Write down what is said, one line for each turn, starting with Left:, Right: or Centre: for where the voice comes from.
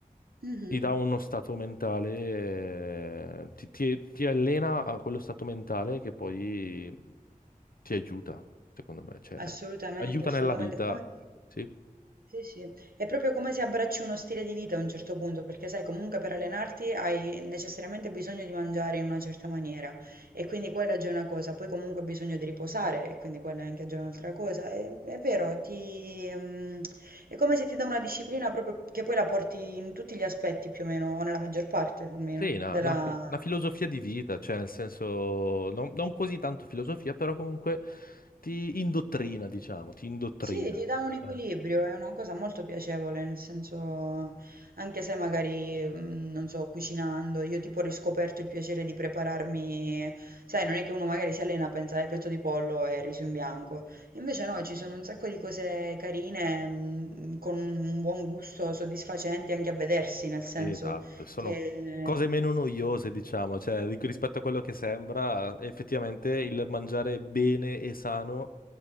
Right: Mhm.
Left: ti dà uno stato mentale, eh, ti, ti- ti allena a quello stato mentale che poi ti aiuta, secondo me, cioè,
Right: Assolutamente,
Left: aiuta
Right: assolutamente.
Left: nella vita,
Right: Come,
Left: sì.
Right: Sì, sì. È proprio come se abbracci uno stile di vita a un certo punto, perché sai, comunque per allenarti hai necessariamente bisogno di mangiare in una certa maniera e quindi quella è già una cosa, poi comunque hai bisogno di riposare e quindi quella è anche già un'altra cosa. È, è vero, ti, mm, è come se ti dà una disciplina proprio che poi la porti in tutti gli aspetti più o meno, o nella maggior parte almeno,
Left: Sì, una,
Right: della
Left: una- una filosofia di vita, cioè nel senso, non, non così tanto filosofia, però comunque ti indottrina, diciamo, ti indottrina.
Right: Sì, ti dà un equilibrio,
Left: eh.
Right: è una cosa molto piacevole, nel senso, anche se magari, mm, non so, cucinando, io tipo ho riscoperto il piacere di prepararmi, sai, non è che uno magari si allena a pensare petto di pollo e riso in bianco, invece no, ci sono un sacco di cose carine, mm, con un buon gusto, soddisfacenti anche a vedersi, nel senso
Left: Sì, esatto, sono
Right: che...
Left: cose meno noiose, diciamo, cioè ri- rispetto a quello che sembra, effettivamente il mangiare bene e sano